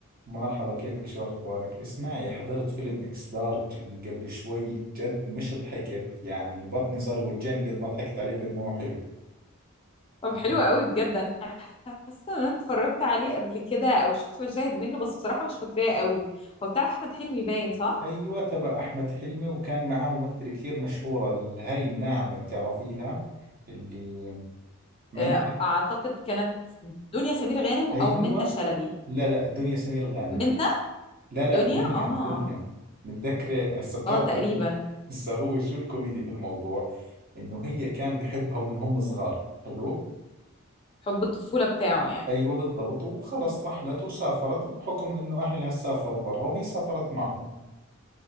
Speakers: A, on the right; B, on the left.
A: مرحبا كيفك شو أخبارك؟ اسمعي حضرت فيلم إكس لارج اللي قبل شوي جد مش ضحكت يعني بطني صار يوجعني قد ما ضحكت عليه وقد ما هو حلو
B: طب
A: ب-
B: حلو قوي بجد انا حاسه ان انا اتفرجت عليه قبل كده او شفت مشاهد منه بس بصراحه مش فاكراه قوي هو بتاع احمد حلمي باين صح
A: أيوة تبع أحمد حلمي وكان معاه ممثلة كثير مشهورة اللي هاي الناعمة بتعرفيها اللي ما
B: آه،
A: إنك
B: اعتقد كانت دنيا سمير غانم او
A: أيوة
B: منة شلبي
A: لا لا دنيا سمير غانم
B: منة
A: لا لا
B: دنيا
A: دنيا
B: اه
A: دنيا متذكرة هسه بتعرفي
B: اه تقريبا
A: <laughs> هسه هو شو الكوميدي في الموضوع إنه هي كان بحبها وإن هم صغار حلو
B: حب الطفوله بتاعه يعني
A: أيوة بالضبط وخلص رحلت وسافرت بحكم إنه أهلها سافروا برا وهي سافرت معهم